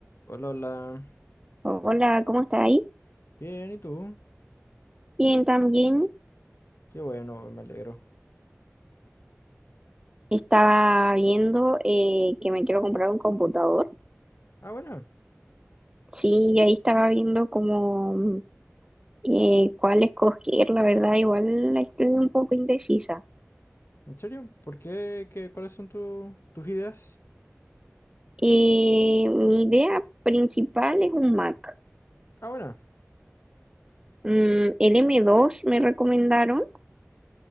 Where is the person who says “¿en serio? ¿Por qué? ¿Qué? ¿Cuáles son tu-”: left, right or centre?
Left